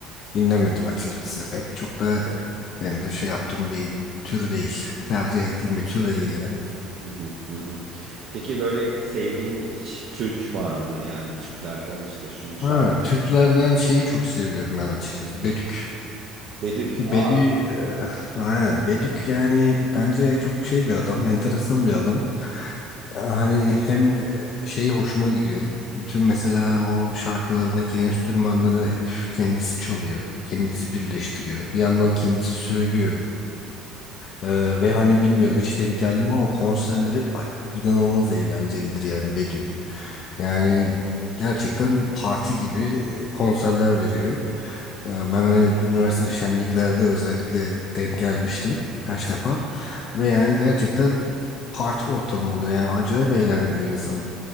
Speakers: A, on the left; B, on the right.
A: Dinlemedim açıkçası. Rap çok da hem de şey yaptığım bir tür değil. Tercih ettiğim bir tür değil yani.
B: Hı hı, hı hı. Peki böyle sevdiğin hiç Türk var mı? Yani Türklerden işte şunun şarkı.
A: Ha, Türklerden şeyi çok seviyorum ben açıkçası. Bedük.
B: Bedük.
A: Bedü,
B: Aa.
A: eee, aynen Bedük yani bence çok şey bir adam, enteresan bir adam. Ee, Hani hem eee, şeyi hoşuma gidiyor. Bütün mesela o şarkılarındaki enstrümanları hep kendisi çalıyor, kendisi birleştiriyor. Bir yandan kendisi söylüyor. Ee, ve hani bilmiyorum hiç denk geldi mi ama konserleri a- inanılmaz eğlencelidir yani Bedü'nün. Yani gerçekten parti gibi e, konserler veriyor. Ee, ben hani üniversitede şenliklerde özellikle denk gelmiştim birkaç defa. Ve yani gerçekten parti ortamı oluyor yani acayip eğlendiriyor insanı.